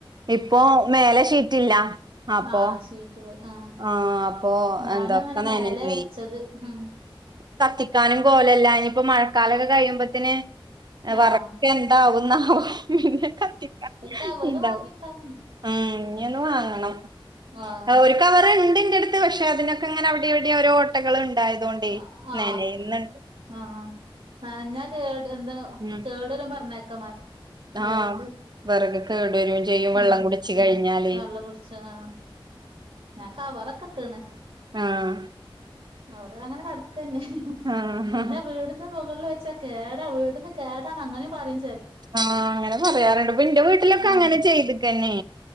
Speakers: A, on the right; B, on the right.
A: ഇപ്പോ മേലെ ഷീറ്റില്ല അപ്പൊ
B: ആ ശരി പോയി ആ
A: ആഹ് അപ്പൊ
B: ഞാനും
A: എന്താ
B: അങ്ങനെ
A: ഒക്കെ നനഞ്ഞോയി
B: മേലെ വെച്ചത് ഉം
A: കത്തിക്കാനും കോലല്ല ഇനിപ്പോ മഴക്കാലൊക്കെ കഴിയുമ്പത്തിന് വറകൊക്കെ
B: ആഹ്
A: എന്താവും ന്നാവോ പിന്നെ കത്തി
B: ഒരു കവറ്
A: ഉണ്ടാവും
B: വാങ്ങിട്ടാ മതി
A: ഉം ഇഞ്ഞൊന്ന് വാങ്ങണം
B: ആഹ്
A: ആ ഒരു കവർണ്ട് ഇന്റെറ അടുത്ത് പക്ഷെ അതിനൊക്കെ ങ്ങനെ അവിടെവിടെ ഓരോ ഓട്ടകൾ ഉണ്ടായതോണ്ടേ
B: ആ ആ
A: നനയുന്നുണ്ട്
B: ആ ആ നനഞ്ഞ കേ എന്താ
A: ഉം
B: കേടരും പറഞ്ഞേക്കാമാ വിറക്
A: ആഹ് വിറക് കേട് വരും ചെയ്യും വെള്ളം
B: ഉം
A: കുടിച്ച് കഴിഞ്ഞാല്
B: ആ വെള്ള പിടിച്ച ആ ഞാൻ കവറക്കെട്ടക്ക്ണ്
A: ആഹ്
B: അവിടെ അങ്ങനെ കടക്കന്നെ
A: ആഹ്
B: പിന്നെ വീടിന്റെ മുകളിൽ വെച്ചക്കെ കേടാ വീടിന്ന് കേടാ അങ്ങനെയും പറയി
A: ആ അങ്ങനെ പറയാറുണ്ട് പ്പന്റെ വീട്ടിലൊക്കെ
B: ആഹ്
A: അങ്ങനെ ചെയ്ത്ക്കന്നെ